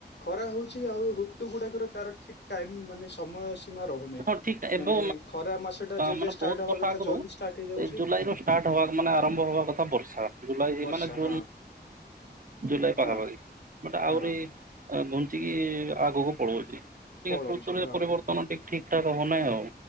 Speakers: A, on the left; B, on the right.
A: ଖରା ହଉଛି ଆଉ ଋତୁ ଗୁଡାକର ତାର ଠିକ ଟାଇମ ମାନେ ସମୟ। ସୀମା ରହୁନାହିଁ
B: ହଁ ଠିକ ଏବେ
A: ମାନେ ଖରା ମାସ ଟା ଯେବେ
B: ମାନେ
A: ଷ୍ଟାର୍ଟ
B: ବହୁତ
A: ହବା
B: ବର୍ଷ
A: କଥା
B: ଆଗରୁ
A: ଜଲଦି ଷ୍ଟାର୍ଟ ହେଇଯାଉଛି।
B: ଏଇ ଜୁଲାଇରୁ ଷ୍ଟାର୍ଟ ହେବା ମାନେ ଆରମ୍ଭ ହେବା କଥା ବର୍ଷା। ଜୁଲାଇ
A: ବର୍ଷା
B: ମାନେ ଜୁନ
A: ହଁ
B: ଜୁଲାଇ ପାଖାପାଖି
A: ହଁ
B: ମୋଟେ
A: ହଁ
B: ଆହୁରି ଘୁଞ୍ଚିକି ଆଗକୁ ପଳଉଛି ଟିକେ
A: ପଳଉଛି
B: ରୁତୁରେ
A: ହଁ
B: ପରିବର୍ତ୍ତନ ଟିକେ। ଟା ହବ ନାଇ ଆଉ।